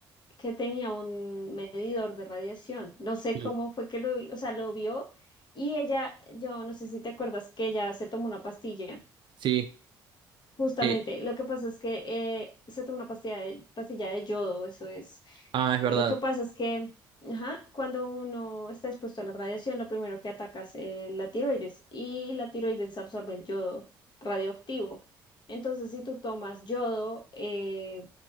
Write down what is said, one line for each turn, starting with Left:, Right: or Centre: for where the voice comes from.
Left: que tenía un medidor de radiación. No sé
Right: Sí.
Left: cómo fue que lo vi, o sea, lo vio y ella, yo no sé si te acuerdas que ella se tomó una pastilla
Right: Sí.
Left: Justamente,
Right: eh,
Left: lo que pasa es que eh, se toma una pastilla de, pastilla de yodo, eso es.
Right: ah, es verdad.
Left: Lo que pasa es que, ajá, cuando uno está expuesto a la radiación, lo primero que ataca es eh, la tiroides y la tiroides absorbe el yodo radioactivo. Entonces, si tú tomas yodo, eh,